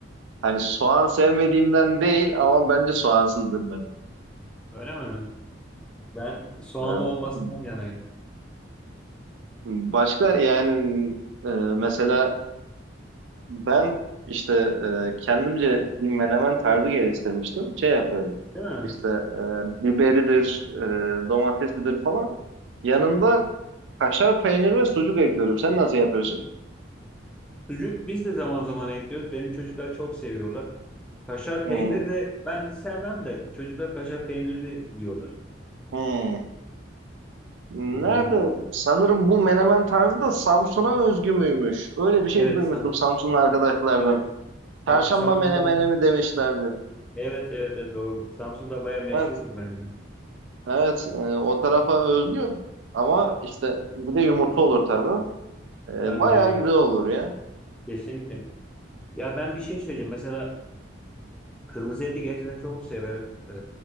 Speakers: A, on the right; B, in the centre.
A: Hani soğan sevmediğimden değil ama bence soğansızdır menemen.
B: Öyle mi? Ben soğanlı
A: Ee,
B: olmasından yanayım.
A: başka yani e, mesela ben işte e, kendimce bir menemen tarzı geliştirmiştim. Şey yapıyorum.
B: Değil mi?
A: İşte e, biberidir, e, domatesidir falan. Yanında kaşar peynir ve sucuk ekliyorum. Sen nasıl yapıyorsun?
B: Sucuk biz de zaman zaman ekliyoruz. Benim çocuklar çok seviyorlar. Kaşar
A: Hı
B: peynir
A: hı.
B: de ben sevmem de çocuklar kaşar peyniri de yiyorlar.
A: Hı. Nerede?
B: Ee,
A: Sanırım bu menemen tarzı da Samsun'a özgü müymüş? Öyle bir şey
B: evet
A: duymuştum
B: Sam.
A: Samsunlu arkadaşlardan.
B: Evet.
A: Çarşamba
B: Sam, Samsun'da.
A: menemeni mi demişlerdi.
B: Evet evet evet doğru. Samsun'da bayağı meşhurdur
A: Evet,
B: benim de.
A: evet. e, o tarafa özgü ama işte bir de yumurta olur tabii. E,
B: Tabii
A: bayağı
B: aynen.
A: güzel olur ya.
B: Kesinlikle. Ya ben bir şey söyleyeceğim. Mesela Kırmızı eti gerçekten çok severim. Ee,